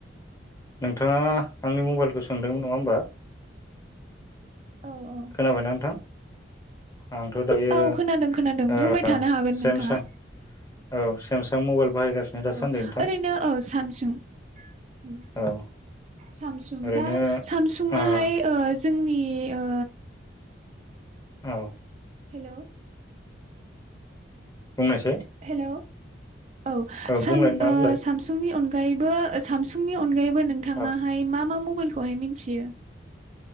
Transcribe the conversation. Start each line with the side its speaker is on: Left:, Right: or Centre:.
Left: नोंथाङा आंनि मबाइलखो सोंदोंमोन नङा होमबा?
Right: औ औ
Left: खोनाबायना नोंथां आंथ' दायो
Right: औ खोनादों खोनादों
Left: ओ
Right: बुंबाय थानो हागोन
Left: सेमसां
Right: नोंथाङा
Left: औ सेमसां मबाइल बाहायगासिनो दासान्दि
Right: औ
Left: नोंथां
Right: ओरैनो ओ सामसुं उम
Left: औ
Right: सामसुं
Left: ओरैनो
Right: दा सामसुआहाय
Left: ओ
Right: ओ जोंनि ओ
Left: औ
Right: हेलौ
Left: बुंनायसाय
Right: हेलौ औ साम
Left: बुंलाय नङा
Right: ओ
Left: बुंलाय
Right: सामसुंनि अन गायैबो सामसुंनि अनगायै बो नोंथाङाहाय
Left: औ
Right: मा मा म बेलखौहाय मिनथियो?